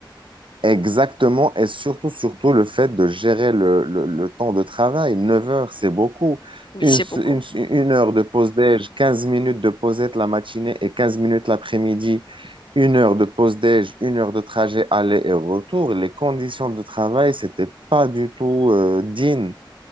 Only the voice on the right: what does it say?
Exactement, et surtout, surtout le fait de gérer le, le- le temps de travail. neuf heures, c'est beaucoup.
Une,
s-
une s- une heure de pause déj, 15 minutes de pausette la matinée et 15 minutes l'après-midi, une heure de pause déj, une heure de trajet aller et retour. Les conditions de travail, c'était pas du tout euh, digne,